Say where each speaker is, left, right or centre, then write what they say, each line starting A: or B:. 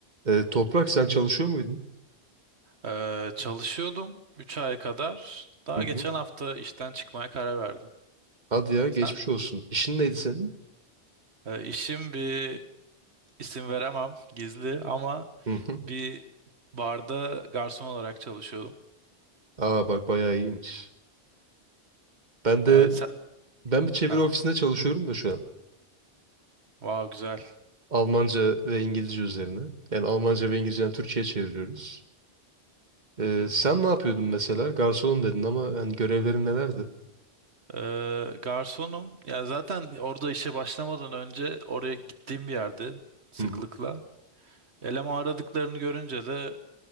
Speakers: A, on the right; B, on the right.
A: Ee, Toprak sen çalışıyor muydun?
B: Ee, çalışıyordum 3 ay kadar. Daha
A: Hı hı.
B: geçen hafta işten çıkmaya karar verdim.
A: Hadi ya geçmiş
B: Sen?
A: olsun. İşin neydi senin?
B: Ee, işim bir isim veremem gizli ama
A: Hı hı.
B: bir barda garson olarak çalışıyordum.
A: Aa bak bayağı iyiymiş. Ben de
B: Evet, sen...
A: ben bir çeviri
B: Ha,
A: ofisinde çalışıyorum da şu an.
B: wow güzel.
A: Almanca ve İngilizce üzerine. Yani Almanca ve İngilizce'den Türkçe'ye çeviriyoruz.
B: Hı
A: Ee,
B: hı.
A: sen ne yapıyordun mesela? Garsonum dedin ama yani görevlerin nelerdi?
B: Ee, garsonum. Ya zaten orada işe başlamadan önce oraya gittiğim bir yerde sıklıkla.
A: Hı hı.
B: Eleman aradıklarını görünce de